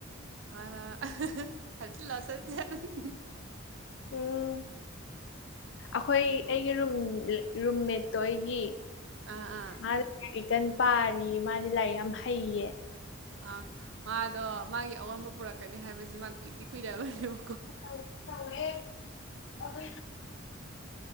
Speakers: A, on the right (about 65°); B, on the left (about 60°).
A: <unintelligible>
B: ꯑꯣ ꯑꯩꯈꯣꯏ ꯑꯩꯒꯤ ꯔꯨꯝꯃꯦꯠꯇꯣ ꯑꯩꯒꯤ
A: ꯑꯥ ꯑꯥ
B: ꯃꯥ ꯂꯥꯏꯔꯤꯛ ꯀ ꯄꯥꯔꯤ ꯃꯥꯗꯤ ꯂꯥꯏꯔꯤꯛ ꯌꯥꯝ ꯍꯩꯌꯦ꯫
A: ꯑꯥ ꯃꯥꯗꯣ ꯃꯥꯒꯤ ꯑꯑꯣꯟꯕ ꯄꯨꯔꯛꯀꯅꯤ ꯍꯥꯏꯕꯁꯤ ꯃꯥ ꯀꯨꯏꯗꯤ ꯀꯨꯏꯔꯕꯅꯦꯕ
B: ꯋꯦ ꯇꯧꯋꯦ ꯑꯗꯨ